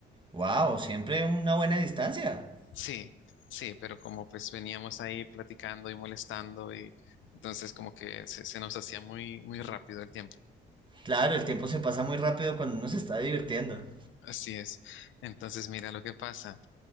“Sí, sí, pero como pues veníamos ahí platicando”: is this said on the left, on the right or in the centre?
Left